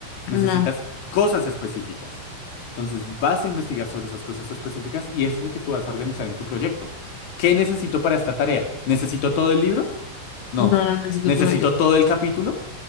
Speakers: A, on the left (about 45°); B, on the left (about 75°).
A: necesitas
B: No,
A: cosas específicas. Entonces vas a investigar sobre esas cosas específicas y eso es lo que tú vas a organizar en tu proyecto. ¿Qué necesito para esta tarea? ¿Necesito todo el libro? No.
B: no, no necesito
A: ¿Necesito
B: tu ayuda.
A: todo el capítulo?